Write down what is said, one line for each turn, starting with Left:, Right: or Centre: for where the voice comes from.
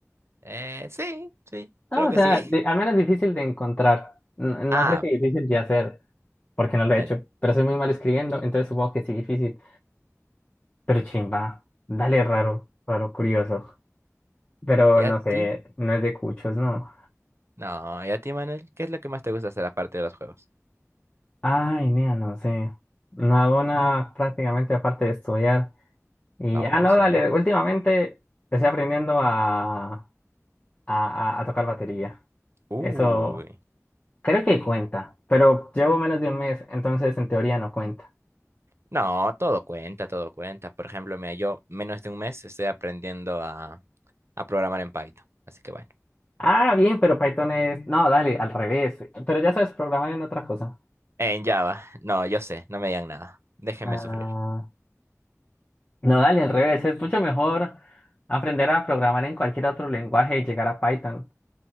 Right: Eh, sí, sí,
Left: No,
Right: creo
Left: o
Right: que
Left: sea,
Right: sí.
Left: de-
Right: <laughs>
Left: al menos difícil de encontrar. No, no
Right: Ah,
Left: sé si difícil de hacer, porque no lo
Right: bueno,
Left: he hecho, pero soy muy mal escribiendo, entonces supongo que sí difícil. Pero chimba, dale raro, raro, curioso. Pero
Right: ¿y
Left: no
Right: a ti?
Left: sé, no es de cuchos, no.
Right: No, ¿y a ti, Manuel? ¿Qué es lo que más te gusta hacer aparte de los juegos?
Left: Ay, nea, no sé. No hago nada prácticamente aparte de estudiar. Y,
Right: No,
Left: ah, no,
Right: está
Left: dale,
Right: bien.
Left: últimamente estoy aprendiendo a, a, a a tocar batería.
Right: Uy.
Left: Eso creo que cuenta, pero llevo menos de un mes, entonces en teoría no cuenta.
Right: No, todo cuenta, todo cuenta. Por ejemplo, mira, yo menos de un mes estoy aprendiendo a, a programar en Python. Así que bueno.
Left: Ah, bien, pero Python es... No, dale, al revés. Pero ya sabes programar en otra cosa.
Right: En Java. No, yo sé, no me digan nada. Déjenme
Left: Ah,
Right: sufrir.
Left: no, dale, al revés. Es mucho mejor aprender a programar en cualquier otro lenguaje y llegar a Python.